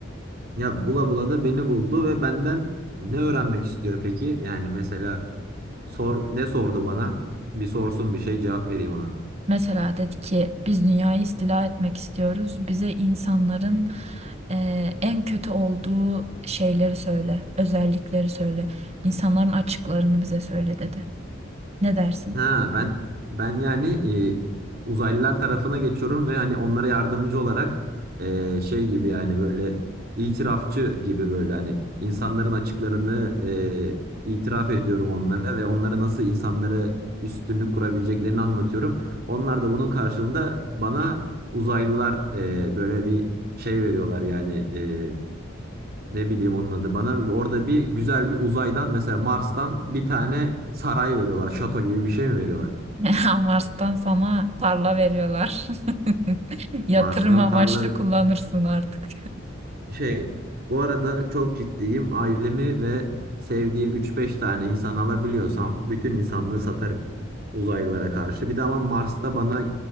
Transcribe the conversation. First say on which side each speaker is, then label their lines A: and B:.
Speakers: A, on the right (about 50°); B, on the right (about 35°).
A: Ya bula bula da beni buldu ve benden ne öğrenmek istiyor peki? Yani mesela sor ne sordu bana? Bir sorsun bir şey cevap vereyim ona.
B: Mesela dedi ki biz dünyayı istila etmek istiyoruz. Bize insanların e, en kötü olduğu şeyleri söyle, özellikleri söyle. İnsanların açıklarını bize söyle dedi. Ne dersin?
A: Ha ben ben yani e, uzaylılar tarafına geçiyorum ve hani onlara yardımcı olarak e, şey gibi yani böyle itirafçı gibi böyle hani insanların açıklarını e, itiraf ediyorum onlara ve onlara nasıl insanlara üstünlük kurabileceklerini anlatıyorum. Onlar da bunun karşılığında bana uzaylılar e, böyle bir şey veriyorlar yani e, ne bileyim onun adı bana orada bir güzel bir uzaydan mesela Mars'tan bir tane saray veriyorlar şato gibi bir şey mi veriyorlar?
B: <laughs> Mars'tan sana tarla veriyorlar. <laughs> Yatırım
A: Mars'tan
B: amaçlı
A: tarla
B: kullanırsın artık.
A: şey bu arada çok ciddiyim. Ailemi ve sevdiğim üç beş tane insan alabiliyorsam bütün insanlığı satarım uzaylılara karşı. Bir de ama Mars'ta bana